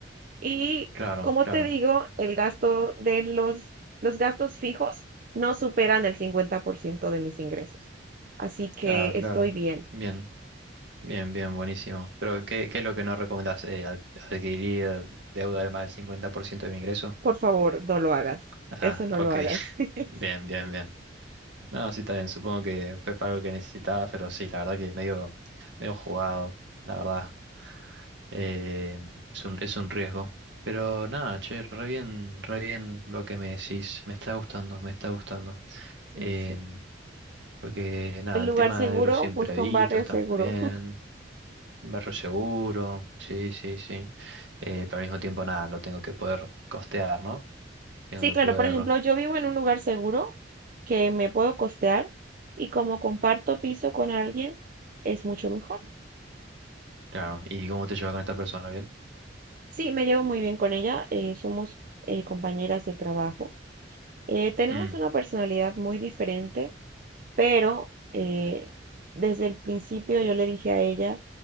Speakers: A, on the right; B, on the right.
A: Y
B: Claro,
A: como
B: claro,
A: te digo, el gasto de los, los gastos fijos no superan el 50% de mis ingresos. Así que
B: claro, claro.
A: estoy bien.
B: Bien. Bien, bien, buenísimo. Pero, ¿qué, qué es lo que nos recomendás? Eh, ad- ¿adquirir deuda de más del 50% de mi ingreso?
A: Por favor, no lo hagas.
B: Ah,
A: Eso no
B: ok.
A: lo hagas.
B: <laughs>
A: <laughs>
B: Bien, bien, bien. No, sí, está bien. Supongo que fue para algo que necesitaba, pero sí, la verdad que medio, medio jugado, la verdad. Eh, es un, es un riesgo. Pero nada, che, re bien, re bien lo que me decís. Me está gustando, me está gustando.
A: Sí,
B: Em,
A: sí.
B: porque nada,
A: El
B: el
A: lugar
B: tema
A: seguro,
B: de los imprevistos
A: busca un barrio
B: también.
A: seguro.
B: Un Barrio seguro, sí, sí, sí. Eh, pero al mismo tiempo, nada, lo tengo que poder costear, ¿no? Tengo
A: Sí, claro,
B: que poder.
A: por ejemplo, yo vivo en un lugar seguro que me puedo costear y como comparto piso con alguien, es mucho mejor.
B: Claro. ¿Y cómo te llevas con esta persona? ¿Bien?
A: Sí, me llevo muy bien con ella, eh, somos eh, compañeras de trabajo. Eh, tenemos
B: Mm,
A: una personalidad muy diferente, pero eh, desde el principio yo le dije a ella,